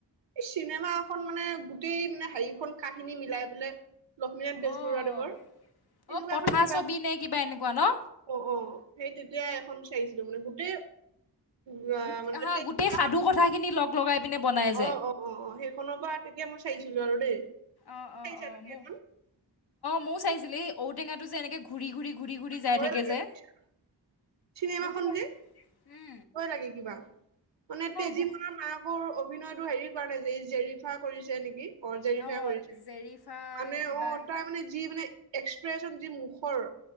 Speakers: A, on the right; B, on the left.
A: এই চিনেমা এখন মানে গোটেই মানে হেৰিখন কাহিনী মিলাই পেলাই লক্ষ্মীনাথ বেজবৰুৱাদেৱৰ
B: অঁ
A: এনেকুৱা
B: অঁ কথা
A: এখন কিবা
B: ছবি নে কিবা এনেকুৱা ন?
A: অ' অ' সেই তেতিয়য়া এখন চাইিছিলো মানে, গোটেই গ
B: গোট
A: মানেনি
B: হা গোটেই
A: <unintelligible>
B: সাধু কথাখিনি লগ লগাই পিনে বনাই যে
A: অ' অ' অ' অ' সেইখনৰ পৰা তেতিয়া মই চাইছিলো আৰু দেই।
B: অ' অ'
A: চাইছা
B: অ'
A: তুমি
B: ম
A: এখন
B: ময়ো চাইছিলি এই ঔ টেঙাটো যে এনেকে ঘূৰি ঘূৰি ঘূৰি ঘূৰি যাই
A: ভয়
B: থাকে
A: লাগে
B: যে,
A: বুজিছা। চিনেমাখন
B: মোৰ
A: যে ভয় লাগে কিবা, মানে তেজীমলাৰ
B: ভ-
A: মাকৰ অভিনয়তটো হেৰি কৰা নাই যে জেৰিফা কৰিছে নেকি? অ' জেৰিফাই
B: অঁ
A: কৰিছে,
B: জেৰিফা
A: মানে
B: কিবা
A: অ' তাই মানে যি মানে এক্সপ্ৰেচন যি মুখৰ